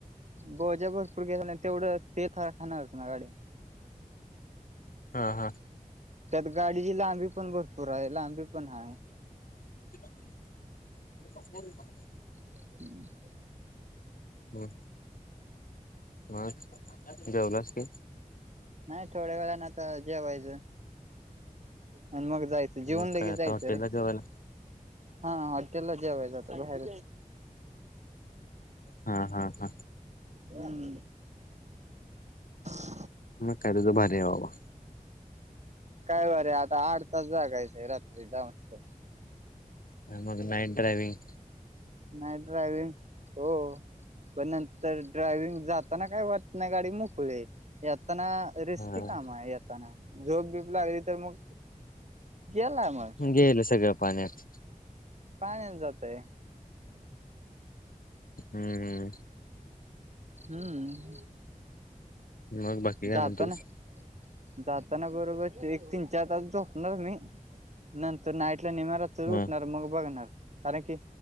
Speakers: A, on the right; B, on the left.
A: भोज भरपूर गेला तेवढं तेथ खाणारच ना गाडी.
B: हा हा.
A: त्यात गाडीची लांबी पण भरपूर आहे लांबी पण आहे.
B: <unintelligible>
A: हम्म.
B: हम हा जेवलास. की
A: नाही थोड्या वेळाना तर जेवायचं. आणि मग जायचं जेवन
B: मग
A: लगे
B: काय आता
A: जायचं
B: हॉटेलला
A: रे
B: जेवायला
A: हा हॉटेल ला जेवायच आत्ता बाहेर.
B: हा हा हा
A: हम्. <unintelligible>
B: मग काय तुज भारी आहे बाबा
A: काय बरे आता आठ तास जागायच रात्री जा मस्त.
B: मग नाईट ड्रायविंग.
A: नाईट ड्रायवि्हंग हो हो. पण नंतर ड्रायविंग जाताना काय वाटना गाडी मोकळे येताना. रिस्की
B: हा
A: काम आहे येताना झोप बिप लागली तर मग गेला मग
B: गेलं सगळं पाण्यात.
A: पाण्यान जातय
B: हम्म
A: हम्म
B: मग बाकी काय
A: जात
B: म्हणतोस
A: ना. जाताना बरोबर एक तीन चार तास झोपणार मी. नंतर नाईटला निम्म्या रात्री
B: हा
A: उठणार मग बघणार कारण की